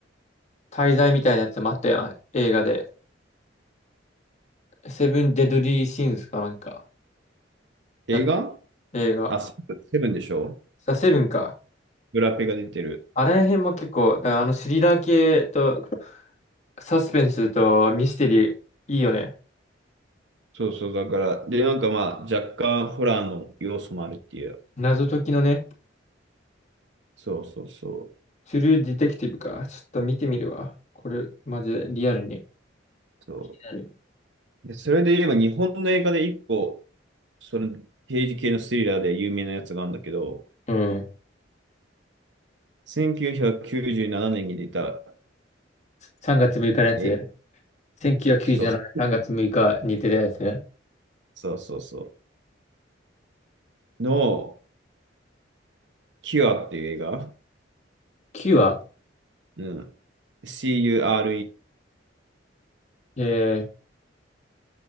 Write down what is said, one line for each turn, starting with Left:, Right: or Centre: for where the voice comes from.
Left: 滞在みたいなやつもあったやん、映画で。セブン・デドリー・シーンズかなんか。
Right: 映画
Left: だ、映画。
Right: あ、セブンでしょ
Left: あセブンか。
Right: ブラペが出てる。
Left: あれ辺も結構、だからあのスリラー系とサスペンスとミステリー、いいよね。
Right: そうそう、だから、で、なんかまあ、若干ホラーの要素もあるっていう。
Left: 謎解きのね、
Right: そうそうそ
Left: トゥルーディテクティブか。ちょっと見てみるわ。これ、マジでリアルに。リ
Right: う。そう
Left: アルに
Right: で、それで言えば日本の映画で一個、その刑事系のスリラーで有名なやつがあるんだけど、
Left: うん。
Right: 1997年に出た、
Left: 3月6日のやつ。
Right: え、
Left: 1997年3月6日に出たやつ。
Right: そうそう、そうそうそう、の、キュアっていう映画、
Left: 9話。
Right: うん、CURE
Left: え